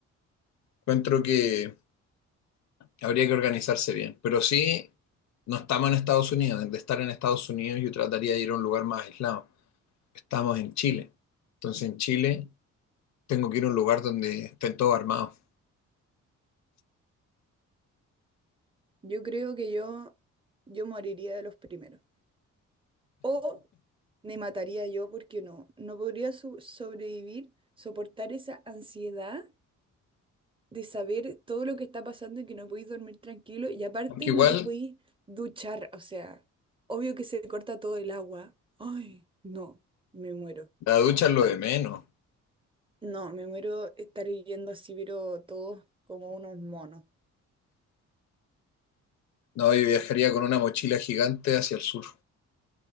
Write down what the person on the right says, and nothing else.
Yo creo que yo, yo moriría de los primeros. O me mataría yo porque no, no podría so- sobrevivir, soportar esa ansiedad de saber todo lo que está pasando y que no podéis dormir tranquilo. Y aparte
no te podéis duchar. O sea, obvio que se corta todo el agua. Ay, no, me muero.
No, me muero estar viviendo así, pero todos como unos monos.